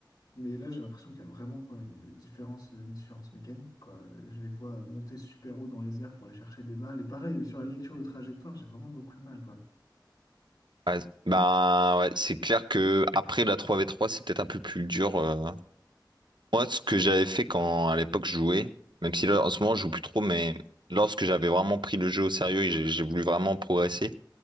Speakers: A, on the left; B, on the right.
A: Mais là, j'ai l'impression qu'il y a vraiment quoi, une différence, euh, une différence mécanique, quoi. Je les vois monter super haut dans les airs pour aller chercher des balles. Et pareil, sur la lecture de trajectoire, j'ai vraiment beaucoup de mal, quoi. <laughs>
B: Ouais, bah ouais, c'est clair que après la trois v trois c'est peut-être un peu plus dur. euh, Moi, ce que j'avais fait quand à l'époque je jouais, même si là en ce moment je joue plus trop, mais lorsque j'avais vraiment pris le jeu au sérieux et j'ai j'ai voulu vraiment progresser,